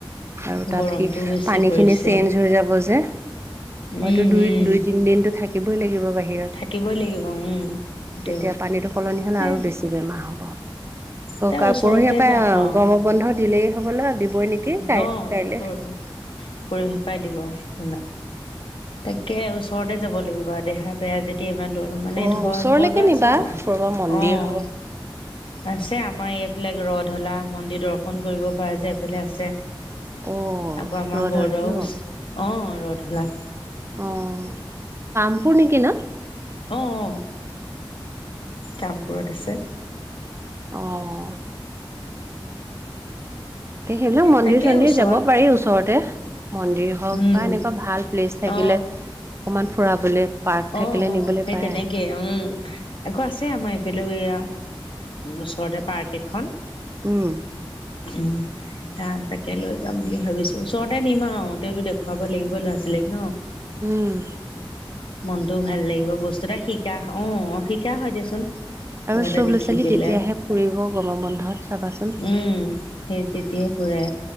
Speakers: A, on the right (about 30°); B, on the left (about 70°).
A: আৰু তাত
B: গৰমটোও
A: সি
B: বেছি
A: পানীখিনি
B: পৰিছে
A: চেঞ্জ হৈ যাব যে,
B: উম
A: হয়তো দুই
B: উম
A: দুই-তিনদিনটো থাকিবই লাগিব। বাহিৰত
B: থাকিবই লাগিব উম সেইটো
A: তেতিয়া পানীটো সলনি হ'লে
B: এ
A: আৰু বেছি বেমাৰ হ'ব।
B: তাৰ
A: অ কা-
B: ওচৰতে
A: পৰহি য়া পাই
B: যাম
A: অ'
B: আৰু
A: গম বন্ধ দিলেই হবলা, দিবই নেকি? কাই
B: অ'হ।
A: কাইলে।
B: পৰ- পৰহিপাই দিব হবলা তাকে ওচৰতে যাব লাগিব আৰু দেহা বেয়া যেতিয়া ইমান মানে
A: অ
B: ধৰ
A: ওচৰলৈকে
B: বৰদোৱা
A: নিবা
B: -চদোৱা
A: ক'ৰবা মন্দিৰ
B: অ'
A: হওক
B: আছেহ আমাৰ এফালে ৰ-ধলা মন্দিৰ দৰ্শন কৰিব পৰা যায়। এইফালে আছে।
A: অ
B: আকৌ আমাৰ
A: ৰধলা
B: বৰদোৱাও।
A: ন।
B: অ ৰ-ধলা
A: অ' কামপুৰ নেকি ন?
B: অ'অ'! কামপুৰত আছে।
A: অহ। তাকেহে সেইবিলাক মন্দিৰ-চন্দিৰ
B: তাকে ওচৰ
A: যাব পাৰি ওচৰতে। মন্দিৰ হওক
B: উম
A: বা এনেকুৱা ভাল প্লেচ থাকিলে
B: অ
A: অকমান ফুৰাবলে পাৰ্ক থাকিলে
B: অ' অ'
A: নিবলৈ
B: সেই
A: পায়
B: তেনেকে। উম। আকৌ আছে আমাৰ ইফেলেও ওচৰতে পাৰ্ক এখন।
A: উম।
B: উম। তা- তাকে লৈ যাম বুলি ভাবিছো। ওচৰতে নিম আও তেওঁতো দেখুৱাব লাগিব ল'ৰা-ছোৱালী ব <unintelligible> লে ন
A: উম।
B: মনটোও ভাল লাগিব বস্তু এটা শিকা অ', শিকা হয় দিয়াচোন।
A: আৰু
B: কিবা এটা
A: চব
B: দেখি
A: ল'ৰা ছোৱালী
B: পেলাই
A: তেতিয়াহে ফুৰিব গৰমৰ বন্ধত চাবাচোন
B: উম, সেই <unintelligible> ফুৰে।